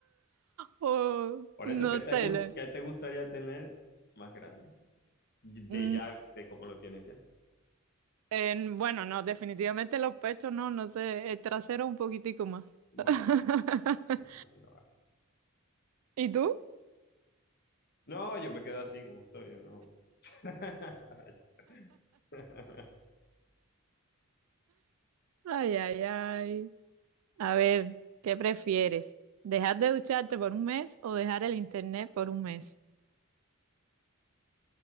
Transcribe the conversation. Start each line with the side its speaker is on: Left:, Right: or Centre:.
Right: Oh,
Left: Por
Right: no
Left: eso, ¿qué te
Right: sé.
Left: gust-
Right: le-
Left: qué te gustaría tener más grande? De
Right: mm,
Left: ya, de cómo lo tienes ya.
Right: en- bueno, no, definitivamente los pechos no, no sé. El trasero un poquitico más.
Left: Vale,
Right: <laughs>
Left: vale, vale.
Right: ¿Y tú?
Left: No, yo me quedo así como estoy, yo no. <laughs>
Right: Ay, ay, ay. A ver, ¿qué prefieres? ¿Dejar de ducharte por un mes o dejar el internet por un mes?